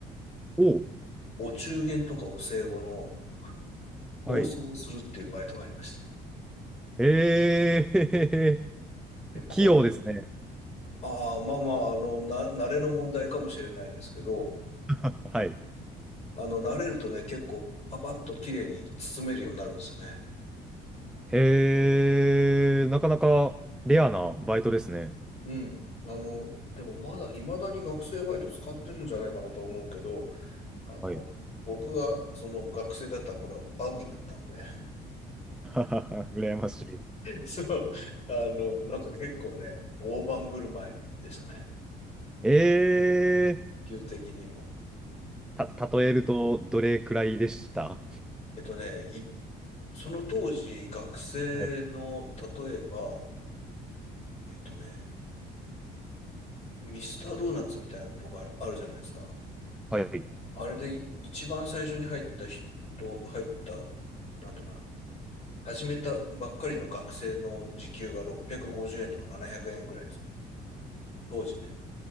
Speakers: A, in the centre; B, on the left.
A: おう
B: お中元とかお歳暮の包装をするっていうバイトがありました。
A: はい。へえ、
B: で、
A: <laughs>
B: これ、
A: 器用ですね。
B: ああ、まあまあ、あの、な、慣れの問題かもしれないですけど、
A: はい。
B: あの、慣れるとね、結構、パパッと綺麗に包めるようになるんですよね。
A: へえ、なかなかレアなバイトですね。
B: うん。あの、でもまだ、未だに学生バイト使ってるんじゃないかなと思うけど、あの、
A: はい。
B: 僕がその学生だった頃はバブルだったので、
A: <laughs> 羨ましい。
B: <laughs> そう、あの、なんか結構ね、大盤振る舞いでしたね、
A: ええ、
B: 理的にも。
A: た、例えるとどれくらいでした
B: えっとね、いその当時、学生の、
A: はい。
B: 例えば、えっとね、ミスタードーナツみたいなとこあるあるじゃないですか。
A: はい。
B: あれで一番最初に入った人、入った、なんていうかな、始めたばっかりの学生の時給が650円とか700円ぐらいです。当時ね、